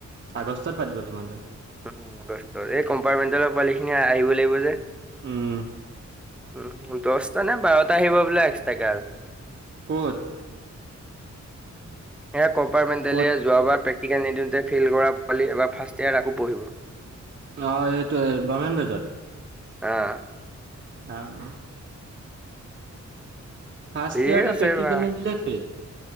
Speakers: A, on the right; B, in the centre.
A: আগষ্টত পাতিব। তোমাৰতো
B: উ এই কম্পাৰ্টমেণ্টেলৰ পোৱালি খিনি আহিব লাগিব যে
A: উম
B: উ দহটা নে বাৰটা আহিব বোলে এক্সট্ৰাকে আৰু
A: ক'ত?
B: সেয়া কম্পাৰ্টমেণ্টেলিয়
A: ক'ত
B: যোৱাবাৰ প্ৰেক্টিকেল নিদিওঁতে ফেইল কৰা পালি ফাৰ্ষ ইয়াত আকৌ পঢ়িব।
A: অ এইটোৱে গমেণ্ট বেজাৰ
B: আহ
A: আহ ফাৰ্ষ্ট
B: ঠিক
A: টিয়তে
B: আছে
A: প্ৰেক্টিকেল
B: বা
A: নিদিলে ফেইল